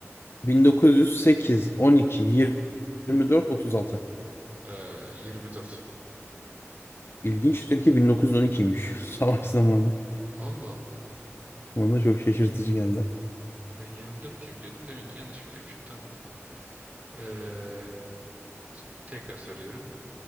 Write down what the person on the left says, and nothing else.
1908, 12, 24, 36.
İlginçtir ki 1912'ymiş. <laughs> Savaş zamanı.
Bana da çok şaşırtıcı geldi.